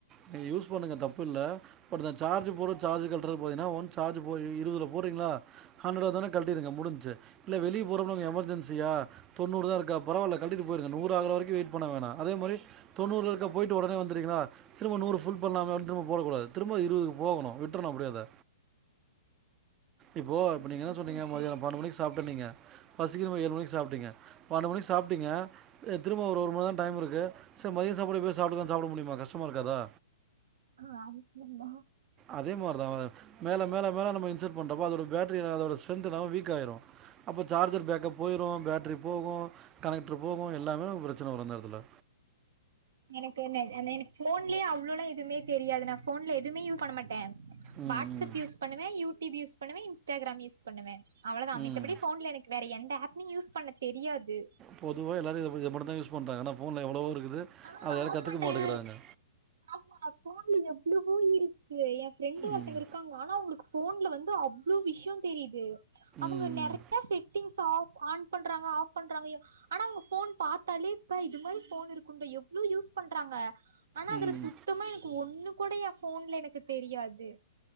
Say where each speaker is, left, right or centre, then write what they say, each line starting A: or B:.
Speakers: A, on the right (about 20°); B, on the right (about 70°).
A: நீங்க யூஸ் பண்ணுங்க தப்பில்ல பட் இந்த சார்ஜ் போறது சார்ஜ் கழட்டுறது பாத்தீங்கன்னா ஒன் சார்ஜ் போ இருவதுல போட்றீங்களா ஹண்ட்ரட் வந்தோடனே கழட்டிருக்கங்க முடிஞ்ச்சு இல்ல வெளியே போற எமர்ஜென்சியா தொண்ணூறு தா இருக்கா பரவால்ல கழட்டிட்டு போயிருங்க நூறு ஆகுற வரைக்கும் வெய்ட் பண்ண வேணா அதே மாதிரி தொண்ணூறுல இருக்கா போயிட்டு உடனே வந்திறீங்களா திரும்ப நூறு புல் பண்ணலாலண்டு போட கூடாது திரும்ப திரும்ப இருபதுக்கு போகணு விட்றணு அப்டியே அத இப்போ இப்ப
B: இதுக்கப்புறோ
A: நீங்க என்ன சொன்னீங்க
B: இப்டி
A: மதியாணோ
B: இருக்கு
A: பன்னெண்டு மணிக்கு சாப் இப்ப நீங்க பசிக்கிதுன்னு ஏழு மணிக்கு சாப்ட்டீங்க பன்னெண்டு மணிக்கு சாப்ட்டீங்க திரும்ப ஒரு ஒருமணி நேரம் டைம் இருக்கு சரி மதியம் சாப்பாடு இப்ப சாப்பிட்டு இருக்கான் சாப்பிட முடியுமா கஷ்டம இருக்காதா
B: ஆ அதுக்கு இல்ல
A: அதே மாரிதான் மேல மேல மேல நம் இன்சரட் பண்றப்போ அதோட பேட்ரி அதோட ஸ்ட்ரென்த் எல்லாம் வீக் ஆயிரும் அப்போ சார்ஜர் பேக்கப் போயிரும் பேட்ரிக் போகும் கனெக்டர் போகும் எல்லாமே பிரச்சனை வரும் அந்த இடத்துல
B: எனக்கு என்ன எனக்கு போன்லேயே அவ்வளவு எல்லாம் எதுவுமே தெரியாது நான் போன்ல எதுவுமே யூஸ் பண்ண மாட்டேன்
A: ம்
B: வாட்ஸ்
A: ம்
B: ஆப் யூஸ் பண்ணுவேன் யூடியூப் யூஸ் பண்ணுவேன் இன்ஸ்டாகிராம் யூஸ் பண்ணுவேன் அவ்ளவுதான்
A: ம்
B: மித்தபடி போன்ல எனக்கு வேற எந்த ஆப்மும் யூஸ் பண்ண தெரியாது
A: பொதுவா எல்லாரும் இத இதை மட்டும் தான் யூஸ் பண்றாங்க ஆனா ஃபோன்ல எவ்ளவோ இருக்குது
B: ஆ
A: அத யாரும்
B: ஆமாண்ணே
A: கத்துக்க மாட்றாங்க
B: ஆமா போன்ல எவ்வளவோ இருக்கு என் ஃப்ரெண்டு ஒருத்தவங்க
A: ம்
B: இருக்காங்க ஆனா அவுங்களுக்கு ஃபோன்ல வந்து அவ்வளவு விஷயம் தெரியுது அவுங்க
A: ம்
B: நெறைய செட்டிங்ஸ் ஆஃப் ஆன் பண்றாங்க ஆஃப் பண்றாங்கயே ஆனா உங்க ஃபோன் பாத்தாலே இப்ப இது மாரி போன் இருக்கவங்க எவ்வளவு யூஸ் பண்றாங்க ஆனா
A: ம்
B: அதுல
A: ம்
B: சுத்தமா எனக்கு ஒண்ணு கூடய ஃபோன்ல எனக்கு தெரியாது